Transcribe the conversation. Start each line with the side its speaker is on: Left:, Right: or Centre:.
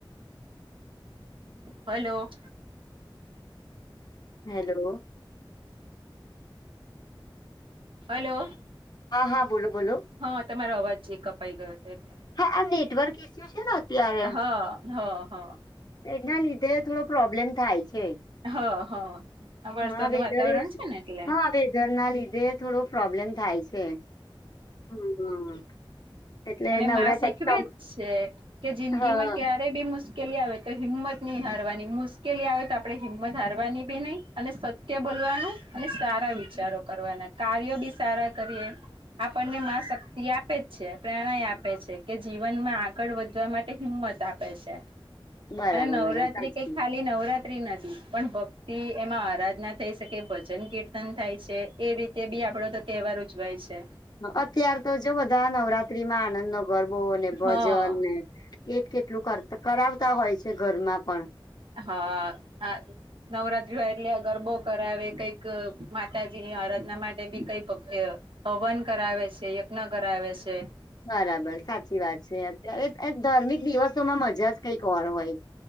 Right: હલો.
Left: હેલો.
Right: હલો.
Left: હા, હા, બોલો, બોલો.
Right: હા, તમારો અવાજ જે કપાઈ ગયો હતો એટલે.
Left: હા આ નેટવર્ક એસયુ અત્યારે
Right: હા,
Left: છે.
Right: હ, હ.
Left: એના લીધે થોડો પ્રોબ્લેમ થાય છે.
Right: હ, હ, વરસાદ
Left: હા વેધર
Right: નું વાતાવરણ
Left: એવું
Right: છે ને એટલે.
Left: હા વેધર ના લીધે થોડો પ્રોબ્લેમ થાય છે. હ, હા, એટલે.
Right: અને
Left: નવરાત્ર
Right: શીખવે
Left: હ
Right: જ છે કે, જિંદગીમાં
Left: હા
Right: ક્યારે આપે બી મુશ્કેલી આવે તો હિંમત નહીં હારવાની, મુશ્કેલી આવે તો આપડે હિંમત હારવાની બી નહીં. અને સત્ય બોલવાનું અને સારા વિચારો કરવાના કાર્યો બી સારા કરીએ. આપણને શક્તિ આપ. આપે છે, પ્રેરણાા આપે છે કે જીવનમાં આગળ વધવા માટે હિંમત આપે છે.
Left: બરાબર
Right: અને નવરાત્રી
Left: બરાબર સાચી
Right: કઈ ખાલી નવરાત્રી? પણ ભક્તિ, એમાં આરાધના થઈ શકે, ભજન-કીર્તન થાય છે, એ રીતે બી આપડો તહેવાર ઉજવાય છે.
Left: અત્યારે તો જો બધા નવરાત્રી માં આનંદ નો ગરબો ને ભજન
Right: હા.
Left: ને. કેટ કેટલું કર કરાવતા હોય છે ઘરમાં પણ.
Right: હા, હ. નવરાત્રી હોય એટલે ગરબો કરાવે, કઈક માતાજીની આરાધના માટે બી કઈ રીતે હવન કરાવે છે, યજ્ઞ કરાવે છે.
Left: બરાબર, સાચી વાત છે. અત્યારે ધાર્મિક દિવસોમાં મજા જ કઈક ઓર હોય.